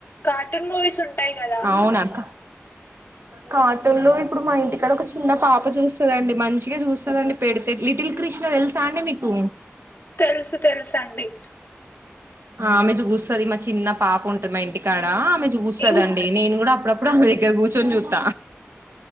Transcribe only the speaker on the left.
కార్టూన్ మూవీస్ ఉంటాయి కదా
తెలుసు తెలుసు అండి
ఇంకా